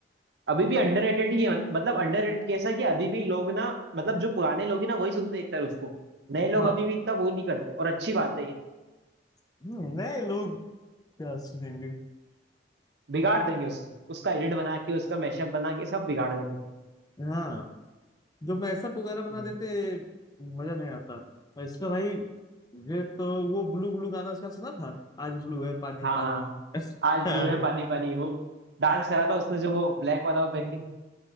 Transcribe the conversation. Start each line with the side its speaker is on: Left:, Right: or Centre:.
Right: अभी भी
Left: भाई
Right: अंडररेटेड ही है मतलब अंडररेटेड कैसा है कि अभी भी लोग ना मतलब जो पुराने लोग ही ना वही सुनते हैं एक तरह उसको नए लोग
Left: हाँ
Right: अभी भी इतना वो नहीं करते और अच्छी बात है ये
Left: हम्म, नए लोग क्या सुनेंगे
Right: बिगाड़ देंगे उसको उसका एडिट बना के उसका मैशअप बना के सब बिगाड़ देते
Left: हाँ जो मैसअप वगैरह बना
Right: हैं
Left: देते मजा नहीं आता और इसका भाई ये तो वो ब्लू ब्लू गाना इसका सुना था आज ब्लू है पानी
Right: हाँ
Left: पानी
Right: हाँ
Left: <laughs>
Right: आज
Left: हाँ
Right: ब्लू है पानी पानी हो डांस करा था उसने जो वो ब्लैक वाला वो पहन के